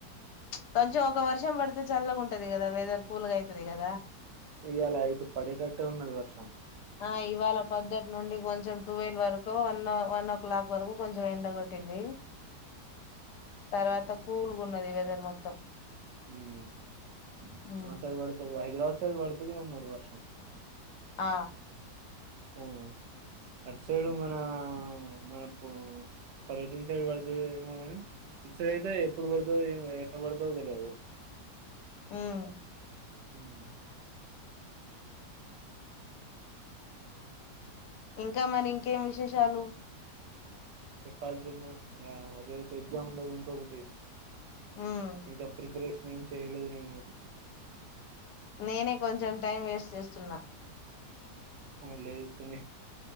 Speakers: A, on the left; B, on the right.
A: ప్చ్ కొంచెం ఒక వర్షం పడితే చల్లగా ఉంటది కదా వెదర్ కూల్ గా అయితది కదా
B: ఇయాళ అయితే పడేటట్టే ఉన్నది వర్షం
A: ఆ ఇవాళ పద్ధట్ నుండి కొంచెం టువెల్వ్ వరకు వన్ వన్ ఓ క్లాక్ వరకు కొంచెం ఎండకోడ్ పెట్టింది తర్వాత కూల్ గా ఉన్నది వెదర్ మక్ తం
B: ఉమ్ <unintelligible>
A: ఉమ్
B: అసల్ పడుతూనే ఉన్నది వర్షం
A: ఆ
B: ఆ అటు సైడు మన మనకు పల్లెటూరు సైడ్ పడుతుందేమో కాని ఇ సైడ్ అయితే ఎప్పుడు పడుతో ఎట్లా పడుతో తెలివు
A: హ్మ్
B: హ్మ్
A: ఇంకా మనీ ఇంకేం విశేషాలు
B: చెప్పాల్సింది మ్మ్ రోప్ ఎగ్జామ్ ఉండది ఇంకొకటి
A: ఉమ్
B: ఇంకా ప్రిపరేషన్ ట్రై చేయలేదు నేను
A: నేనే కొంచెం టైం వేస్ట్ చేస్తున్నా
B: ఆ లేదు పిన్ని